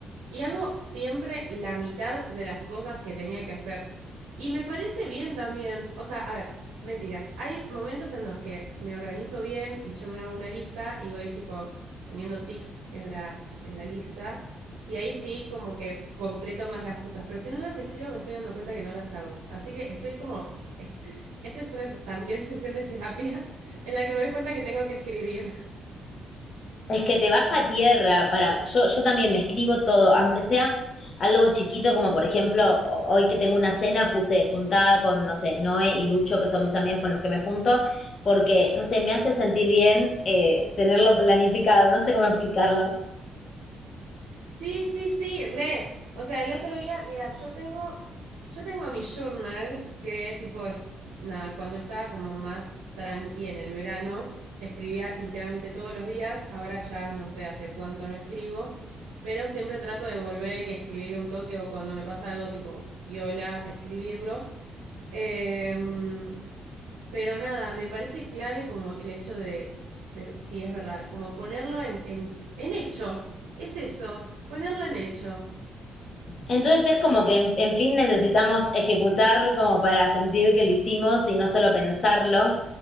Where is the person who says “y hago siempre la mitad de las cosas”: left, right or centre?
Right